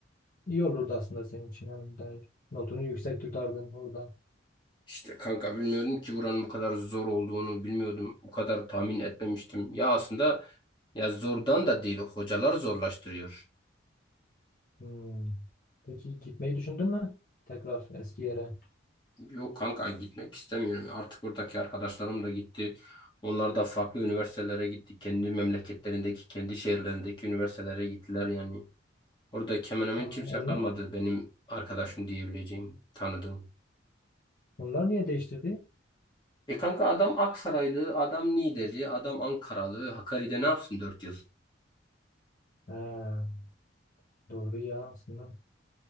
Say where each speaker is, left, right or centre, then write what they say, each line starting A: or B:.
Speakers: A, on the left; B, on the left.
A: İyi olurdu aslında senin için. Hani de notunu yüksek tutardın orada.
B: İşte kanka bilmiyorum ki buranın bu kadar zor olduğunu bilmiyordum. Bu kadar tahmin etmemiştim. Ya aslında ya zordan da değil hocalar zorlaştırıyor.
A: Hmm. Peki gitmeyi düşündün mü? Tekrar eski yere.
B: Yok kanka gitmek istemiyorum. Artık buradaki arkadaşlarım da gitti. Onlar da farklı üniversitelere gitti. Kendi memleketlerindeki, kendi şehirlerindeki üniversitelere gittiler yani. Orada hemen hemen
A: Ha,
B: kimse
A: onlar,
B: kalmadı benim arkadaşım diyebileceğim, tanıdığım.
A: onlar niye değiştirdi?
B: E kanka adam Aksaraylı, adam Niğdeli, adam Ankaralı. Hakkari'de ne yapsın dört yıl?
A: Ha, doğru ya aslında.